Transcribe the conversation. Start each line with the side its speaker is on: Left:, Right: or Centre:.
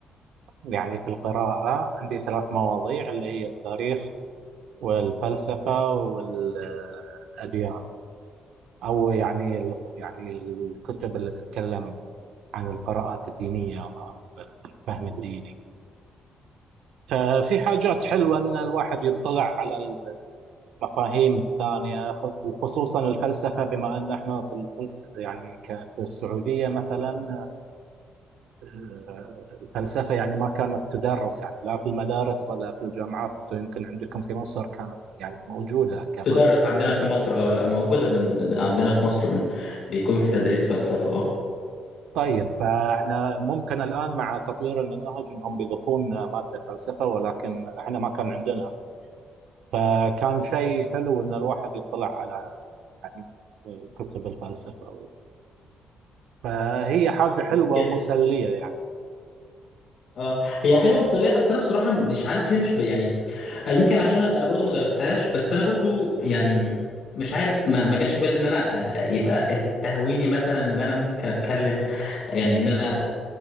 Right: يعني في القراءه عندي ثلاث مواضيع اللي هي التاريخ والفلسفه والاديان او يعني يعني الكتب اللي تتكلم عن القراءات الدينية وعن الفهم الديني ففي حاجات حلوة أن الواحد يطلع على المفاهيم الثانية خص- وخصوصا الفلسفة بما أن احنا في الفلسفة يعني ك- في السعودية مثلا آه، الفلسفة يعني ما كانت تدرس يعني لا في المدارس ولا في الجامعات أنتم يمكن عندكم في مصر كانت يعني موجودة كمان
Left: بتدرس عندنا في مصر اه لا موجودة من من عندنا في مصر من بيكون في تدريس فلسفة اه
Right: طيب فاحنا ممكن الآن مع تطوير المناهج أنهم بيضيفون مادة فلسفة ولكن احنا ما كان عندنا فكان شيء حلو ان الواحد يطلع على يعني كتب الفلسفه أو فهي حاجه حلوه
Left: يمكن
Right: ومسليه يعني
Left: اه هي حلوة مسلية بس انا بصراحة مش عارف ليه مش ب... يعني آه، يمكن عشان انا برضو ما درستهاش بس انا برضو يعني مش عارف ما, ما جاش في بالي ان انا آه، يبقى تهويني مثلا ان انا ممكن اتكلم يعني ان انا